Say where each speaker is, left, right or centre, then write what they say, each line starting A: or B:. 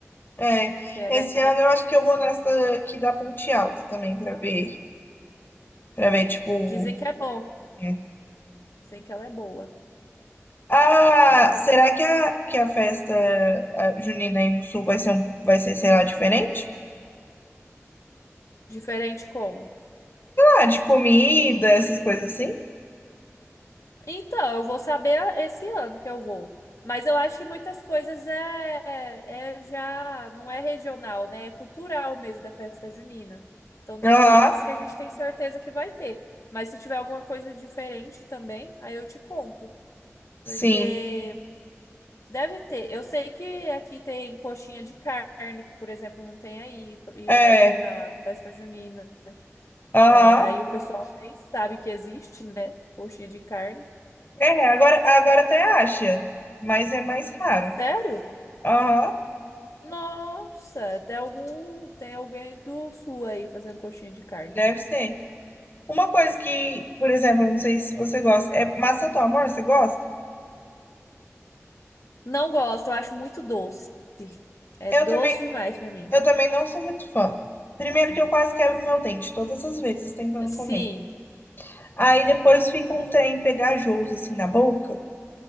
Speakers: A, on the left (about 40°); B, on the left (about 75°).
A: É,
B: Que era,
A: esse ano eu acho que eu vou nessa aqui da Ponte Alta também pra ver, para ver tipo,
B: dizem que é bom,
A: é.
B: dizem que ela é boa.
A: Ah,
B: Aí tem
A: será
B: que ir.
A: que a que a festa a junina aí no sul vai ser um, vai ser, sei lá, diferente?
B: Diferente como?
A: Ah, de comida, essas coisas assim?
B: Então, eu vou saber esse ano que eu vou. Mas eu acho que muitas coisas é, é já não é regional, né? É cultural mesmo da festa junina. Então tem
A: Aham,
B: coisas que a gente tem certeza que vai ter. Mas se tiver alguma coisa diferente também, aí eu te conto. Porque
A: sim.
B: deve ter. Eu sei que aqui tem coxinha de carne, que, por exemplo, não tem aí, e
A: É,
B: vai ter na festa junina.
A: aham.
B: Que é- Aí o pessoal nem sabe que existe, né? Coxinha de carne.
A: É, agora agora até acha, mas é mais raro.
B: Sério?
A: Aham,
B: Nossa, tem algum, tem alguém do sul aí fazendo coxinha de carne.
A: deve ser. Uma coisa que, por exemplo, eu não sei se você gosta, é maçã do amor, você gosta?
B: Não gosto, eu acho muito doce. É
A: Eu
B: doce
A: também
B: demais pra mim.
A: Eu também não sou muito fã. Primeiro que eu quase quebro meu dente todas as vezes tentando
B: Sim,
A: comer. Aí depois fica um trem pegajoso assim na boca.